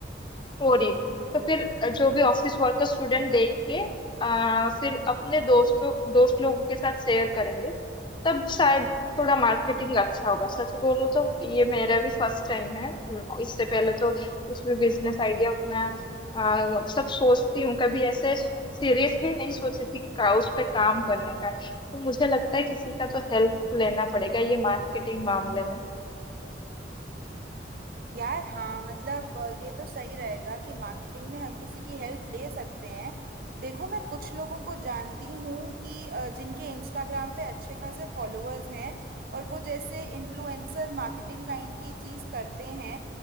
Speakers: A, on the left; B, on the right.
A: स्टोरी तो फिर जो भी ऑफिस वर्कर स्टूडेंट देख के आ, फिर अपने दोस्तों दोस्त लोगों के साथ शेयर करेंगे तब शायद थोड़ा मार्केटिंग अच्छा होगा सच बोलूं तो ये मेरा भी फर्स्ट टाइम है इससे पहले तो कुछ भी बिजनेस आइडिया उतना आ, सब सोचती हूँ कभी ऐसे सीरियसली नहीं सोची थी का, उस पे काम करने का तो मुझे लगता है किसी का तो हेल्प लेना पड़ेगा ये मार्केटिंग मामले में
B: यार हाँ मतलब अ, ये तो सही रहेगा कि मार्केटिंग में हम किसी की हेल्प ले सकते हैं देखो मैं कुछ लोगों को जानती हूँ कि अ, जिनके इंस्टाग्राम पे अच्छे खासे फॉलोअर्स हैं और वो जैसे इन्फ्लुएंसर मार्केटिंग काइंड की चीज़ करते हैं